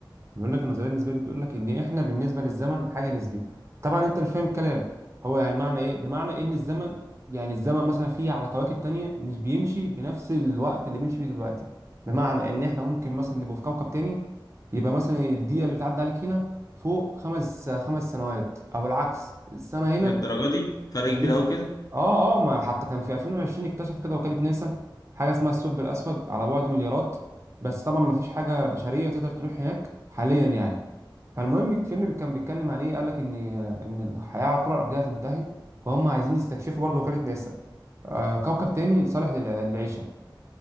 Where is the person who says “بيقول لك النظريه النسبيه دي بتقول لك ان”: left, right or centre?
Right